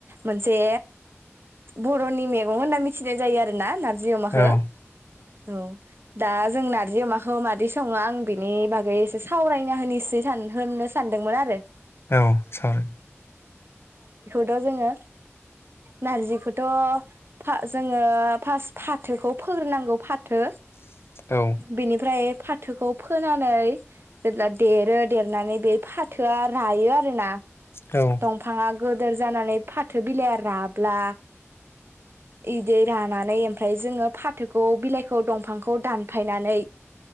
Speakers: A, on the right; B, on the left.
A: मोनसे बरनि मेगं होनना मिथिनाय जायो आरो ना नार जि अमाखो
B: औ
A: औ दा जों नारजि अमाखौ मादि सङो आं बिनि बागै एसे सावरायना होनिसै सान होननो सानदोंमोन आरो
B: औ सावराय
A: ओ जोङो नारजि खोद थ फा जोङो फास फाथोखौ फोग्रोनांगौ फाथ थो
B: औ
A: बेनिफ्राय फाथोखौ फोनानै ब्ला देरो देरनानै बे फाथोआ रायो आरोना
B: औ
A: दंफांआ गोदोर जानानै फाथो बिलाइया राब्ला इदि रानानै ओमफ्राय जोङो फाथोखौ बिलाइखौ दंफांखौ दानफायनानै